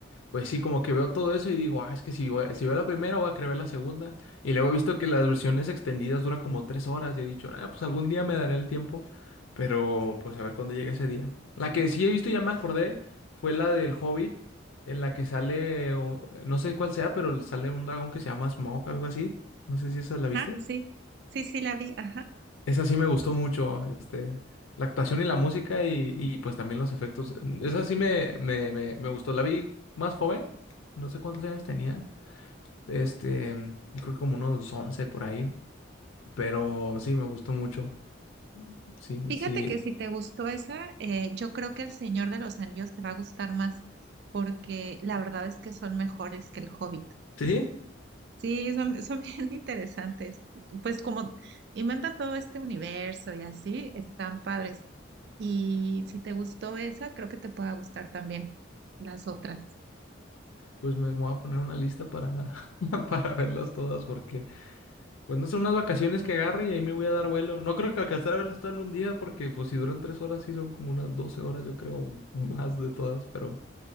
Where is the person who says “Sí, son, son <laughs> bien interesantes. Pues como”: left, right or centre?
Right